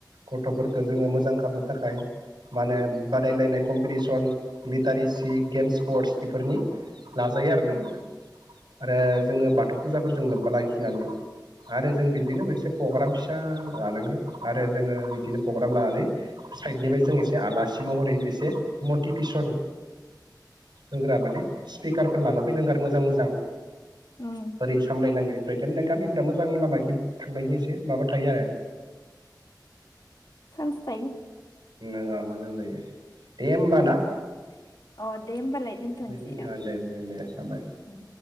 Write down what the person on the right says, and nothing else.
गथ'फोरखौ जोङो मोजां खालामनो थाखाय मा होनो बादायलायनाय कम्पिटिसन, लिटारेसि, गेम्स स्पर्टस इफोरनि लाजायो आरो नों
आरो जोङो
बाथौ फुजाफोरजों लोब्बा लाखिनानै। आरो जों बिदिनो मोनसे प्रग्राम फिसा लानांगौ आरो जोङो बिदिनो प्र'ग्राम लानानै साइडनिफ्राय जों एसे आलासि महरै एसे मटिभेसन
होग्रा माने स्पिकारफोर लाना फैनांगौ आरो मोजां मोजां।
बोरै सामलायनांगौ। <unintelligible> गामिफ्रा मोजां लामा थांनायनि एसे माबा थायो आरो।
नोआ मोजां जायो दे होमबा
ना
। दे दे थाबाय।